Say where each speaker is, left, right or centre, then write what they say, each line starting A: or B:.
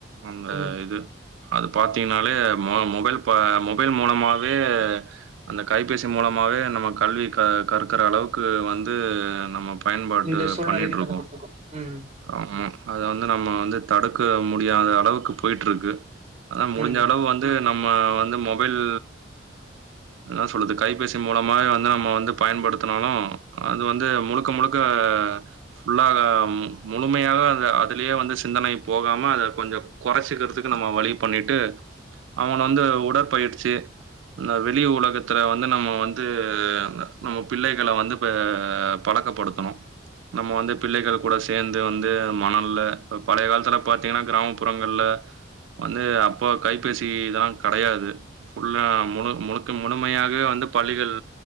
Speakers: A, on the right (about 75°); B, on the right (about 35°).
A: அந்த
B: ம்.
A: இது அது பாத்தீங்கன்னாலே மொபைல் மொபைல் மூலமாவே அந்த கைப்பேசி மூலமாவே நம்ம கல்வி கற் கற்கிற அளவுக்கு வந்து து நம்ம பயன்பாட்டு
B: இந்த சூழ்நிலைக்கு
A: பண்ணிகிட்ருக்கோம்
B: தள்ளப்பட்டிருக்கோம் ம்
A: ஆமா அத வந்து நம்ம வந்து தடுக்க முடியாத அளவுக்கு போயிட்டுருக்கு அதான் முடிஞ்ச
B: ம்.
A: அளவு வந்து நம்ம வந்து மொபைல் என்ன சொல்லுது கைபேசி மூலமாகவே வந்து நம்ம வந்து பயன்படுத்தினாலும் அது வந்து முழுக்க முழுக்க ஃபுல்லாக முழுமையாக அந்த அதுலயே வந்து சிந்தனை போகாம அதக் கொஞ்சம் கொறைச்சிக்கிறதுக்கு நம்ம வழி பண்ணிட்டு அவங்கள வந்து உடற்பயிற்சி அந்த வெளி உலகத்தில வந்து நம்ம வந்து நம்ம பிள்ளைகளை வந்து அஹ் பழக்கப்படுத்தணும் நம்ம வந்து பிள்ளைகள் கூட சேர்ந்து வந்து மணல்ல இப்போ பழைய காலத்துல பார்த்தீங்கன்னா கிராமப்புறங்கள்ல வந்து அப்போ கைபேசி இதெல்லாம் கெடையாது ஃபுல்லா முணு முழுக்க முழுமையாகவே வந்து பள்ளிகள்